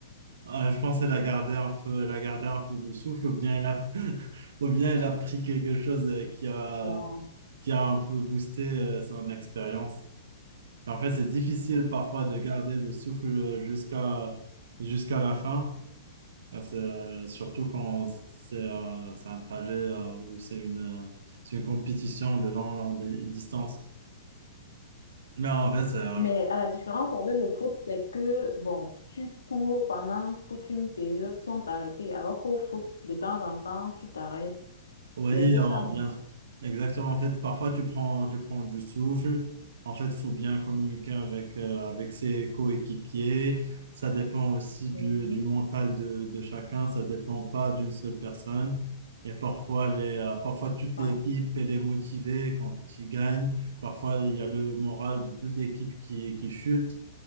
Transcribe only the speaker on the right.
Ah, je pense qu'elle a gardé un peu elle a gardé un peu de souffle ou bien elle a <laughs> ou bien elle a pris quelque chose euh, qui a
qui a un peu boosté euh, son expérience en fait c'est difficile parfois de garder le souffle euh, jusqu'à jusqu'à la fin Ah, c'est, euh, surtout quand c'est euh, c'est un trajet euh, où c'est une, euh, c'est une compétition de longue, longue di- distance. Mais en fait, c'est, euh,
Oui,
hein,
bien. Exactement. En fait, parfois, tu prends, tu prends du souffle. En fait, il faut bien communiquer avec, euh, avec ses coéquipiers. Ça dépend aussi
du, du mental de, de chacun. Ça dépend pas d'une seule personne. Et parfois, les, euh, parfois, toute
l'équipe, elle est motivée quand ils gagnent. Parfois, il y a le moral de toute l'équipe qui, qui chute.